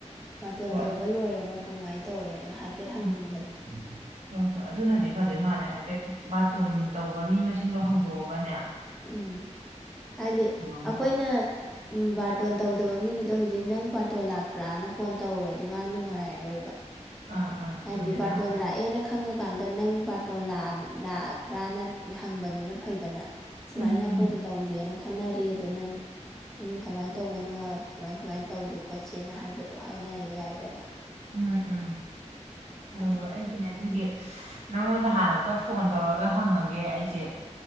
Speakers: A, in the centre; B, on the right (about 65°).
A: ꯕꯥꯔꯇꯣꯟ
B: ꯍꯣꯏ
A: ꯇꯧꯕ ꯂꯣꯏꯔꯕ ꯀꯃꯥꯏꯅ ꯇꯧꯔꯦꯅ ꯍꯥꯏꯐꯦꯠ ꯍꯪꯅꯤꯡꯕꯗꯤ
B: ꯎꯝ ꯎꯝ ꯍꯣꯏ ꯍꯣꯏ ꯑꯗꯨꯅꯗꯤ ꯐꯗꯣꯏ ꯃꯥꯜꯂꯦ ꯍꯥꯏ ꯍꯥꯏꯐꯦꯠ ꯕꯥꯇꯣꯟ ꯇꯧꯕ ꯃꯤ ꯃꯁꯤꯡꯗꯣ ꯍꯥꯡꯗꯣꯛꯑꯒꯅꯦ
A: ꯎꯝ ꯍꯥꯏꯗꯤ
B: ꯑꯃ
A: ꯑꯩꯈꯣꯏꯅ ꯕꯥꯔꯇꯣꯟ ꯇꯧ ꯃꯤꯗꯨꯗ ꯍꯧꯖꯤꯛ ꯅꯪ ꯄꯥꯔꯇꯣꯜ ꯂꯥꯛꯄ꯭ꯔꯥꯅ ꯐꯣꯟ ꯇꯧꯔꯨꯔꯗꯤ ꯃꯥ ꯅꯨꯡꯉꯥꯏꯔꯔꯣꯏꯕ
B: ꯑꯥ ꯑꯥ
A: ꯍꯥꯏꯗꯤ
B: ꯆꯨꯝꯃꯦ
A: ꯕꯥꯔꯇꯣꯟ
B: ꯅꯪ ꯍꯥꯏꯗꯨꯁꯨ
A: ꯂꯥꯛꯑꯦꯅ ꯈꯪꯉꯒ ꯀꯥꯟꯗ ꯅꯪ ꯕꯥꯇꯣꯟ ꯂꯥꯛꯄ꯭ꯔꯥꯅ ꯍꯪꯕꯅꯤꯅ ꯐꯩꯗꯅ ꯁꯨꯃꯥꯏꯅ
B: ꯎꯝ
A: ꯑꯩꯈꯣꯏꯗꯣ
B: ꯎꯝ
A: ꯇꯧꯒꯦꯅ ꯈꯟꯅꯔꯤ ꯑꯗꯨ ꯅꯪ ꯎꯝ ꯀꯃꯥꯏꯅ ꯇꯧꯕꯅꯣ ꯁꯨꯃꯥꯏ ꯁꯨꯃꯥꯏꯅ ꯇꯧꯁꯤ ꯈꯣꯠꯁꯤꯅ ꯍꯥꯏꯕꯗꯣ ꯍꯥꯏꯅ ꯌꯥꯏꯗꯅ
B: ꯎꯝ ꯎꯝ ꯍꯣꯏ
A: ꯑꯗꯨꯅꯤ
B: ꯍꯣꯏ ꯑꯩꯁꯨꯅꯦ ꯑꯗꯨꯒꯤ ꯅꯪꯉꯣꯟꯗ ꯍꯥꯟꯅ ꯑꯃꯝꯇ ꯐꯣꯟ ꯇꯧꯔꯒ ꯍꯪꯉꯒꯦ ꯑꯩꯁꯦ